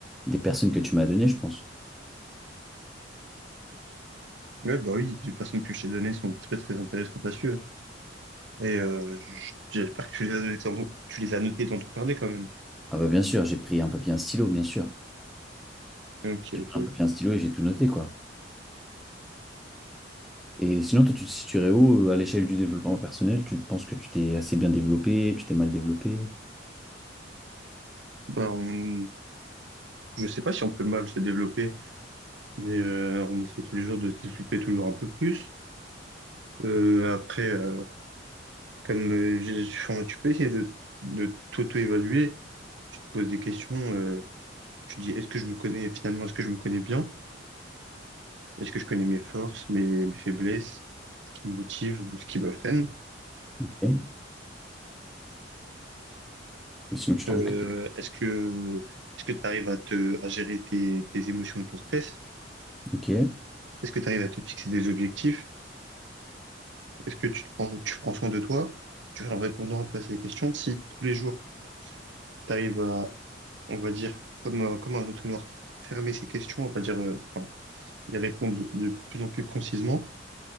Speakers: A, in the centre; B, on the right.
A: des personnes que tu m'as données, je pense.
B: Ouais, bah oui, les personnes que je t'ai données sont très très intéressantes à suivre. Et euh, j- j'espère que tu les as données dans ton- tu les as notées dans ton carnet quand même.
A: Ah bah, bien sûr, j'ai pris un papier, et un stylo, bien sûr.
B: Ok,
A: J'ai
B: ok,
A: pris un papier,
B: ok.
A: et un stylo et j'ai tout noté, quoi. Et sinon, toi, tu te situerais où euh, à l'échelle du développement personnel? Tu penses que tu t'es assez bien développé, tu t'es mal développé?
B: Bah, on... je sais pas si on peut mal se développer, mais euh, on essaie tous les jours de se développer toujours un peu plus. Euh, après, euh, comme euh, je- je- tu peux essayer de, de t'auto-évaluer, tu te poses des questions, euh, tu te dis est-ce que je me connais finalement, est-ce que je me connais bien? Est-ce que je connais mes forces, mes, mes faiblesses, ce qui me motive ou ce qui me freine?
A: Ok. Mais sinon, tu trouves
B: Euh,
A: que t'es...
B: est-ce que est-ce que tu arrives à te à gérer tes, tes émotions et ton stress?
A: Ok,
B: Est-ce que tu arrives à te fixer des objectifs? Est-ce que tu te prends, tu prends soin de toi? Tu vois, en répondant un peu à ces questions, si tous les jours tu arrives à on va dire, comme, un- comme un entonnoir fermer ses questions, on va dire, euh, enfin, y répondre de, de plus en plus concisement,